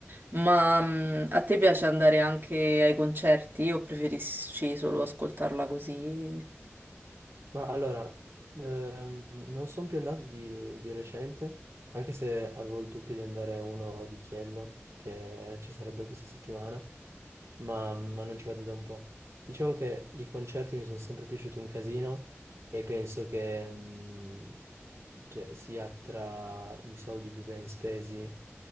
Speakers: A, on the right (about 50°); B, on the right (about 85°).
A: Ma mm, a te piace andare anche ai concerti o preferisci solo ascoltarla così?
B: Ma allora, ehm, non sono più andato di, di recente, anche se avevo il dubbio di andare a uno di Chiello, che ci sarebbe questa settimana, ma, ma non ci vado da un po'. Diciamo che i concerti mi sono sempre piaciuti un casino e penso che mm, cioè, sia tra i soldi più ben spesi